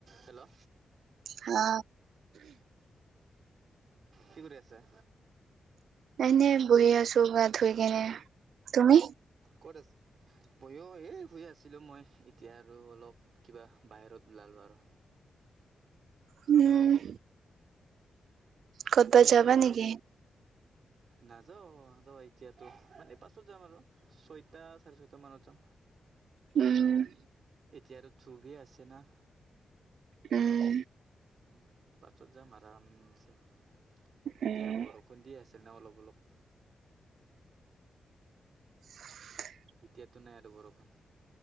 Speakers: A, on the right (about 65°); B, on the right (about 80°).
A: Hello
B: হা
A: কি কৰি আছা?
B: এনেই বহি আছো গা ধুই কেনে, তুমি?
A: ক'ত আছে? মইও এই শুই আছিলোঁ মই এতিয়া আৰু অলপ কিবা বাহিৰত ওলালোঁ আৰু
B: উম ক'তবাত
A: এতিয়া
B: যাবা
A: কি ৰুমত
B: নেকি
A: নাযাও নাযাও এতিয়াতো মানে পাছত যাম আৰু। ছয়টা চাৰে ছয়টা মানত যাম।
B: উম
A: এতিয়া আৰু ধুৱেই আছে না।
B: উম
A: উম পাছত যাম আৰামছে, তেতিয়া
B: উম
A: বৰষুণ দি আছে ন অলপ অলপ।
B: <inaudible>
A: এতিয়াতো নাই আৰু বৰষুণ।